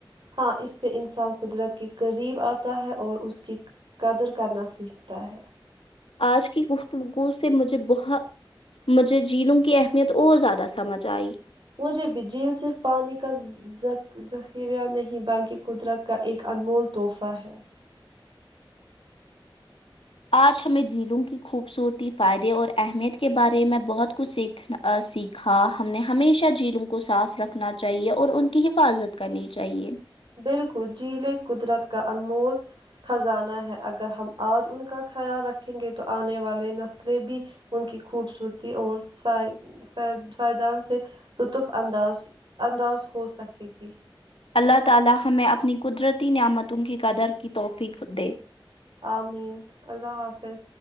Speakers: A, on the right; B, on the left.
A: ہاں اس سے انسان قدرت کے قریب آتا ہے اور اس کی قدر کرنا سیکھتا ہے
B: آج کی گفتگو سے مجھے بہت مجھے جیلوں کی اہمیت اور زیادہ سمجھ آئی
A: مجھے بھی جیل صرف پانی کا ذخیرہ نہیں بلکہ قدرت کا ایک انمول تحفہ ہے
B: آج ہمیں جھیلوں کی خوبصورتی فائدے اور اہمیت کے بارے میں بہت کچھ سیکھ سیکھا ہم نے ہمیشہ جھیلوں کو صاف رکھنا چاہیے اور ان کی حفاظت کرنی چاہیے
A: بالکل جھیل قدرت کا انمول خزانہ ہے اگر ہم آج ان کا خیال رکھیں گے تو آنے والی نسلیں بھی ان کی خوبصورتی اور فائدان سے لطف انداز ہو سکے گی
B: <unintelligible>
A: آمین اللہ حافظ